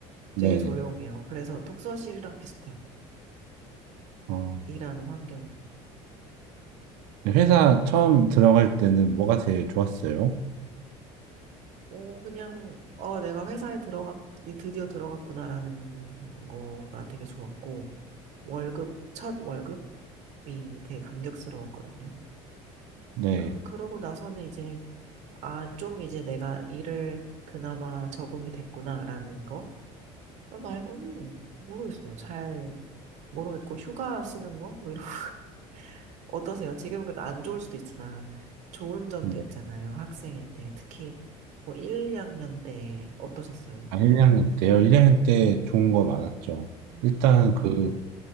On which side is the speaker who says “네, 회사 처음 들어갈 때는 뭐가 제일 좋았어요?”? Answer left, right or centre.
Right